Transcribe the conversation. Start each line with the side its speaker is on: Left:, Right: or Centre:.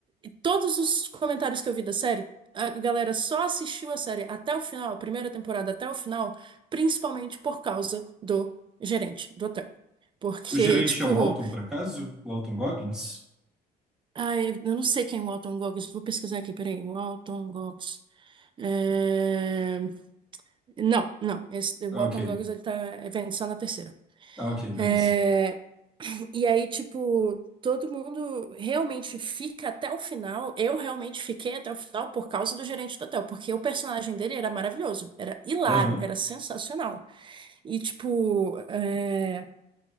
Right: Todos os comentários que eu vi da série a galera só assistiu a série até o final, a primeira temporada até o final, principalmente por causa do gerente do hotel. Porque,
Centre: O gerente
Right: <laughs> tipo,
Centre: é o Walton, por acaso? O Walton Goggins?
Right: ai, eu não sei quem é o Walton Goggins, vou pesquisar aqui, peraí, Walton Goggins. É, Não, não, esse, o
Centre: Ah,
Right: Walton
Centre: Ok,
Right: Goggins ele tá é, só na terceira.
Centre: ah, ok, beleza.
Right: É, E aí, tipo, todo mundo realmente fica até o final. Eu realmente fiquei até o final por causa do gerente do hotel, porque o personagem dele era maravilhoso, era hilário,
Centre: Aham.
Right: era sensacional. E, tipo, é,